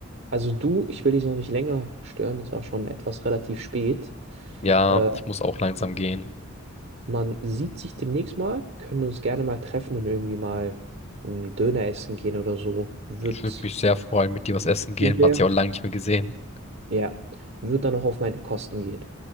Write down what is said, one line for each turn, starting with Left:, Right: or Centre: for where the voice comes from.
Right: Also du, ich will dich noch nicht länger stören, ist auch schon etwas relativ spät.
Left: Ja,
Right: Äh,
Left: ich muss auch langsam gehen.
Right: Man sieht sich demnächst mal, können uns gerne mal treffen und irgendwie mal einen Döner essen gehen oder so. Wird,
Left: Ich würde mich sehr freuen, mit dir was essen gehen.
Right: Ja.
Left: Man hat sich auch lange nicht mehr gesehen.
Right: ja, wird dann auch auf meine Kosten gehen.